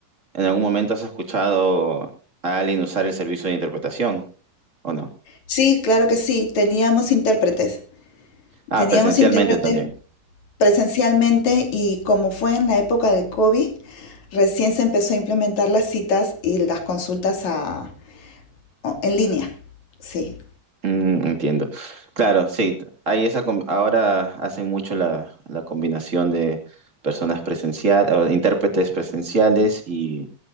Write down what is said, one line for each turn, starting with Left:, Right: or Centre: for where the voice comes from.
Right: en algún momento has escuchado a alguien usar el servicio de interpretación, ¿o no?
Left: Sí, claro que sí, teníamos intérpretes.
Right: Ah,
Left: Teníamos
Right: presencialmente
Left: intérpretes
Right: también.
Left: presencialmente y como fue en la época del COVID, recién se empezó a implementar las citas y las consultas a- o- en línea. Sí,
Right: Mm, entiendo. Claro, sí, t- hay esa com- ahora hacen mucho la, la combinación de personas presenciales, intérpretes presenciales y,